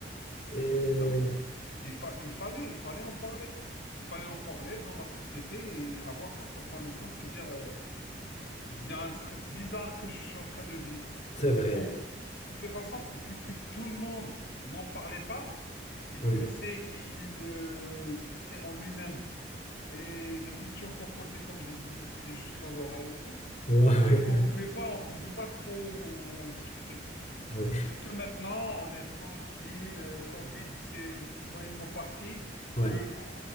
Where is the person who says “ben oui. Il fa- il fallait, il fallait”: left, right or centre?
Left